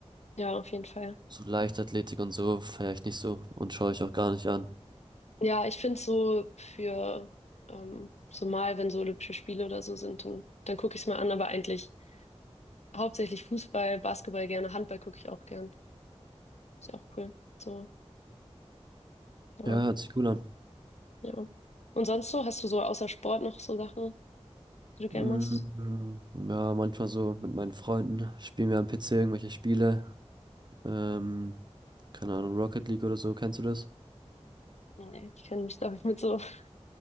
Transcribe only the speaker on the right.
So Leichtathletik und so feiere ich nicht so und schaue ich auch gar nicht an.
Ja, hört sich cool an.
Mm,
Ja, manchmal so mit meinen Freunden spielen wir am PC irgendwelche Spiele. Ähm, keine Ahnung, Rocket League oder so, kennst du das?